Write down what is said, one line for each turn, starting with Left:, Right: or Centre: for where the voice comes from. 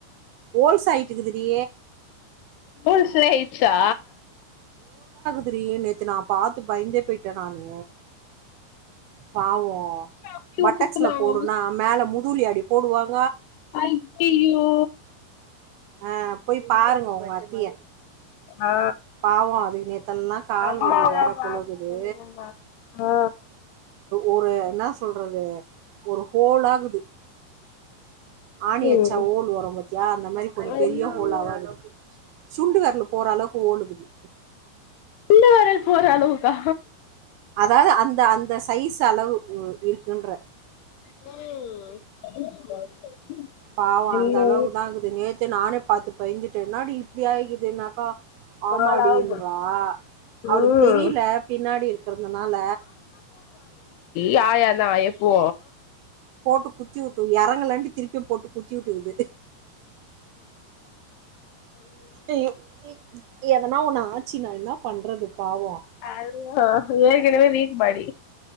Right: ஓல்சாய்ட்டுக்கிதுடி
Left: பூல்ஸாய்ர்ச்சா
Right: திரி நேத்து நான் பாத்து பைந்தே பேய்ட்டே நானு பாவோ
Left: அப்டியே
Right: பட்டக்ஸ்ல
Left: குத்துனாங்க
Right: போடுனா மேல முதுல்யாடி போடுவா
Left: ஐயையோ
Right: ஆ போய் பாருங்க உங் அத்திய
Left: ஆ
Right: பாவோ அதுக்கு நேத்தெல்லா கால்வலி
Left: அம்மாதா
Right: வேற
Left: பாத்து
Right: போழுகுது
Left: சொல்லினுந்தாங்க ஆ
Right: ஒரு என்னா சொல்றது ஒரு ஹோல் ஆகுது ஆணியட்ச்சா
Left: ம்
Right: ஓல் வரு பாத்தியா அந்த மாரி கொஞ்
Left: ஐய்யய்யோ
Right: பெரிய ஹோலாவா இருக்கு சுண்டு வெர்லு போற அளவ்க் ஒல் இகுது
Left: சுண்டு வெரல் போற அளவுகா
Right: அதாது அந்த அந்த சைஸ் அளவு வு இருக்குன்ற
Left: ம்
Right: பாவோ
Left: என்னது
Right: அந்த அளவுக்குதா இகுது நேத்தே நானே பாத்து பய்ந்துட்டே என்னாடி இப்டி ஆய்கிதுனாக்கா ஆமாடீன்றா
Left: நாளாக போச்சு
Right: அவுளுக்
Left: ம்
Right: தெரில பின்னாடி இருக்கறதுனால
Left: யாயாதா எப்போ
Right: போட்டு குத்திவுட்டு எறங்கலண்ட்டு திருப்பியு போட்டு குத்தி உட்டுகுது ஐயோ எ எதனா ஒண்ணு ஆச்சினா என்ன பண்றது பாவம்
Left: அதுதா ஏகனேவே வீக் பாடி